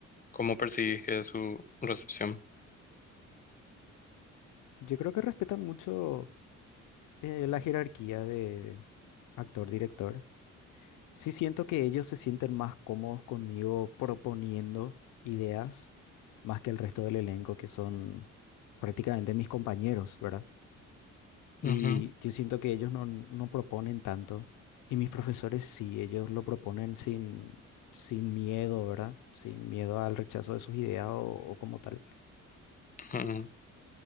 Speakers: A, on the left; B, on the left.
A: ¿Cómo percibís que es su recepción?
B: Yo creo que respetan mucho eh, la jerarquía de actor-director. Sí siento que ellos se sienten más cómodos conmigo proponiendo ideas más que el resto del elenco, que son prácticamente mis compañeros, ¿verdad? Y
A: Ujú,
B: yo siento que ellos no, no proponen tanto. Y mis profesores sí, ellos lo proponen sin, sin miedo, ¿verdad? Sin miedo al rechazo de sus ideas o, o como tal.
A: ujú.